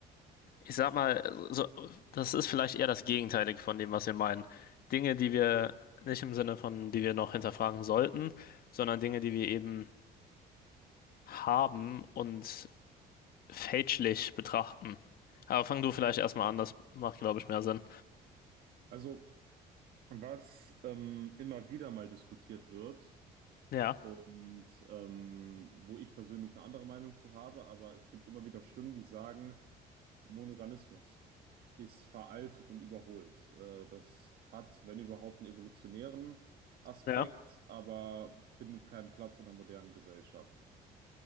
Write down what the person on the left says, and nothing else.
Ich sag mal, so, das ist vielleicht eher das Gegenteilige von dem, was wir meinen. Dinge, die wir nicht im Sinne von, die wir noch hinterfragen sollten, sondern Dinge, die wir eben haben und fälschlich betrachten. Aber fang du vielleicht erstmal an, das macht, glaube ich, mehr Sinn.
Ja,
ja.